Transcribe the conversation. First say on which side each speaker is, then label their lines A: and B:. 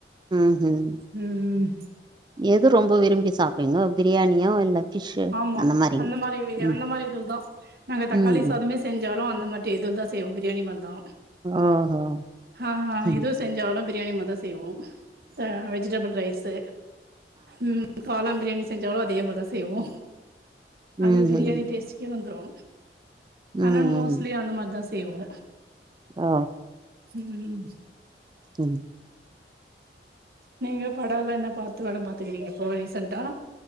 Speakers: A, on the right; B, on the right.
A: ஹங்
B: ம் ம்
A: எது ரொம்ப விரும்பி சாப்டுறீங்க பிரியாணியோ இல்ல ஃபிஷ்ஷு
B: ஆமா
A: மாரிங்க
B: அந்த மாரி இவிங்க
A: ம்
B: அந்த மாரி இது தா நாங்க தக்காளி
A: ம்
B: சாதமே
A: ம்
B: செஞ்சாலு அந்த மாட்டி எது தா செய்வோ பிரியாணி மாரி தா
A: ஓஹோ
B: ஹா ஹா
A: ம்
B: இதுஸ் செஞ்சாலு பிரியாணி மாரி தா செய்வோ ம் வெஜிடபிள் ரைஸ்சு ம் காளான் பிரியாணி செஞ்சாலு அதே போலதா செய்வோ
A: ம்
B: அது பிரியாணி
A: ம்
B: டேஸ்டிக்கே வந்துரு
A: ம்
B: ஆனா
A: ம்
B: மோஸ்லியே அந்த மாரிதா செய்வோ
A: ஆ
B: ம்
A: ம்
B: நீங்க படம்ல என்ன பாத்து வட பாத்துக்கிறீங்க இப்போ ரீசன்ட்டா